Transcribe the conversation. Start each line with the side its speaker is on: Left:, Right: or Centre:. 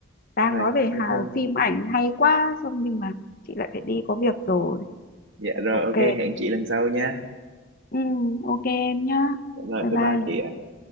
Left: đang
Right: Rồi
Left: nói về
Right: ok.
Left: hà, phim ảnh hay quá xong nhưng mà chị lại phải đi có việc rồi
Right: Dạ rồi
Left: ok
Right: ok hẹn chị lần sau nha.
Left: Ừm, ok em nhá
Right: Dạ Rồi
Left: bye
Right: bye
Left: bye
Right: bye chị ạ.